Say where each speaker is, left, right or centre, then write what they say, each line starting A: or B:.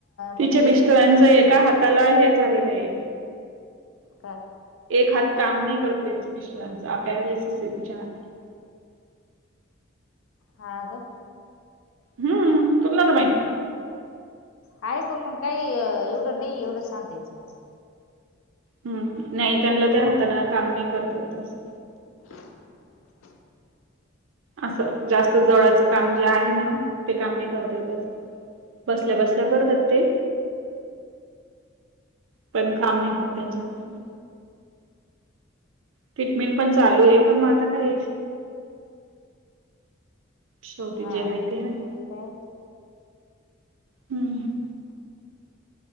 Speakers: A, on the right; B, on the left.
A: तिच्या
B: मग ते
A: मिस्टरांचं
B: मिस्टर आहे का
A: एका
B: कोण?
A: हाताला हे झालेलं ये.
B: काय
A: एक हात काम नाही करत, त्यांच मिस्टरांचा. पा पॅरालिसिस तिच्या हाताला.
B: हा का?
A: हम्म तुलाला नव्हत माहित का?
B: आहे पण मग काही एवढं नाही, एवढं सांगता यायचं मला.
A: हम्म नाही त्यांना त्या हाताने काम नाही करता येत असं.
B: <unintelligible>
A: असं जास्त जवळचं काम जे आहे ना ते काम नाही करता येत असं... बसल्या बसल्या करतात ते.... पण काम नाही होत त्यांच्या हातून. ट्रीटमेंट पण चालूये, पण मग आता काय शेवटी
B: हा
A: जे हाय ते हाय.
B: तर आहे
A: हम्म.